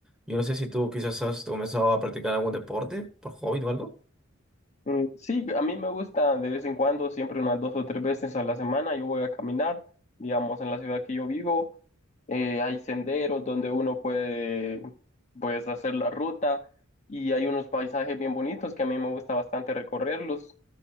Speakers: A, in the centre; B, on the left (about 35°).
A: Yo no sé si tú quizás has comenzado a practicar algún deporte por hobby o algo.
B: Mm, Sí, a mí me gusta de vez en cuando, siempre unas dos o tres veces a la semana, yo voy a caminar, digamos, en la ciudad que yo vivo, eh, hay senderos donde uno puede, pues, hacer la ruta y hay unos paisajes bien bonitos que a mí me gusta bastante recorrerlos.